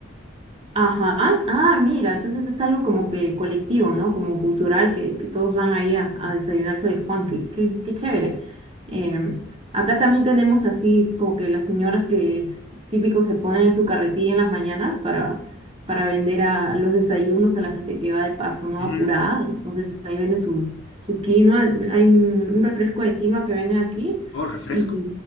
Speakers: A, on the right (about 25°); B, on the left (about 75°).
A: Ajá, ah, mira, entonces es algo como que colectivo, ¿no? Como cultural, que, que todos van ahí a, a desayunarse de Juanqui, qué, qué chévere. Em, acá también tenemos así como que las señoras que es típico se ponen en su carretilla en las mañanas para, para vender a los desayunos a la gente que va de paso, ¿no?
B: Ujú.
A: Apurada, entonces ahí vende su, su quinoa, hay un, un refresco de quinoa que venden aquí
B: Oh, refresco.
A: y